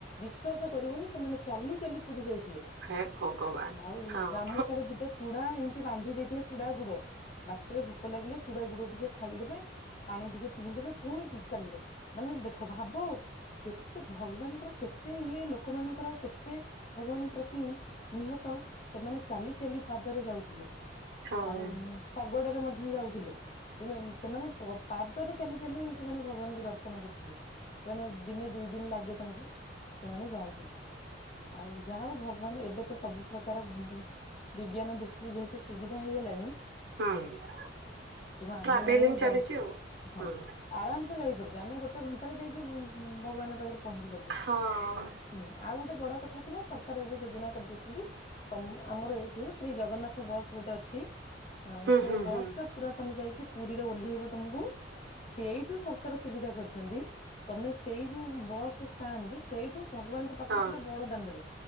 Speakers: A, on the left; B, on the right.
A: ବିଶ୍ଵାସ କରିବନି ସେମାନେ ଚାଲି ଚାଲି ପୁରି ଯାଉଥିଲେ।
B: ହେ ଭଗବାନ।
A: ଓ
B: ହଁ
A: ଗାମୁଛାରେ ଦିଟା ଚୁଡା ଏମିତି ବାନ୍ଧି ଦେଇଥିବେ ଚୁଡା ଗୁଡ। ବାଟେରେ ଭୋକ ଲାଗିଲେ ଚୁଡା ଗୁଡ ଟିକେ ଖାଇଦେବେ। ପାଣି ଟିକେ ପିଇଦେବେ ପୁଣି ଚି-ଚାଲିଲେ ମାନେ ଦେଖ ଭାବ କେତେ ଭଗବାନଙ୍କର କେତେ ଇଏ ଲୋକମାନଙ୍କର କେତେ ଭଗବାନ ପ୍ରତି ନିହତ। ସେମାନେ ଚାଲି ଚାଲି ପାଦରେ ଯାଉଥିଲେ
B: ହଁ
A: ଆଉ ଶଗଡରେ ମଧ୍ୟ ଯାଉଥିଲେ। ତେଣୁ ଏମ୍ ସେମାନେ ପାଦରେ ଚାଲି ଚାଲି ସେମାନେ ଭଗବାନଙ୍କୁ ଦର୍ଶନ କରୁଥିଲେ। ସେମାନେ ଦିନେ ଦୁଇ ଦିନ୍ ଲାଗେ ତାଙ୍କୁ ସେମାନେ ଯାଆନ୍ତି। ଆଉ ଯାହା ହୋଉ ଭଗବାନ ଏବେ ତ ସବୁ ପ୍ର ଏବେକାର ଜି ବିଜ୍ଞାନ ଦୃଷ୍ଟିରୁ ଯେହେତୁ ସୁବିଧା ହେଇଗଲାଣି।
B: ହୁଁ।
A: ତେଣୁ ଆମେ
B: ଟ୍ରାଭେଲିଂ
A: ମାନେ
B: ଚାଲିଛି
A: ଯାଇ
B: ଆଉ
A: ହଁ।
B: ହୁଁ
A: ଆରାମ୍ ସେ ଯାଇପାରୁଚେ। ଆମେ ଗୋଟେ ଘଣ୍ଟାରେ ଯାଇକି ଉଁ ଉଁ ଭଗବାନଙ୍କ ପାଖରେ ପହଞ୍ଚି ପାରୁଚେ।
B: ହଁ।
A: ହୁଁ ଆଉ ଗୋଟେ ବଡ କଥା ଥିଲା ସରକାର ଏବେ ଯୋଜନା କରିଦେଇଚନ୍ତି। ଆମର ଏଇଠୁ ଶ୍ରୀ ଜଗନ୍ନାଥ ବସ୍ ଗୋଟେ ଅଛି ଅଁ
B: ହୁଁ
A: ସେ
B: ହୁଁ
A: ବସ୍
B: ହୁଁ
A: ଟା ପୁରା ତମେ ଯାଇକି ପୁରିରେ ଓହ୍ଲେଇବ ତମକୁ ସେଇଠୁ ସରକାର ସୁବିଧା କରିଚନ୍ତି। ତମେ ସେଇ ଯୋଉ ବସ୍ ଷ୍ଟାଣ୍ଡ ସେଇଠୁ ଭଗବାନଙ୍କ ପାଖକୁ
B: ହଁ
A: ପୁରା ବଡ ଦାଣ୍ଡରେ